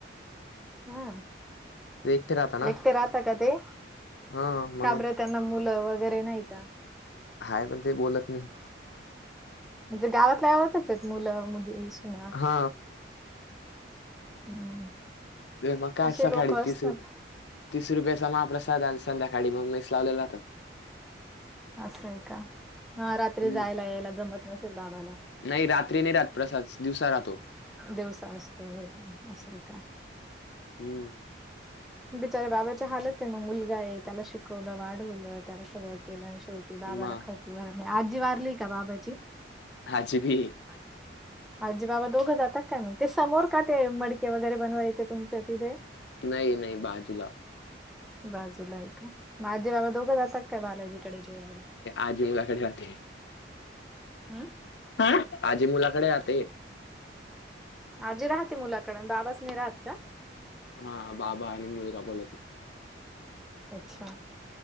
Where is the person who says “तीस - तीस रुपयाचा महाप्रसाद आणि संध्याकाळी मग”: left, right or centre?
Left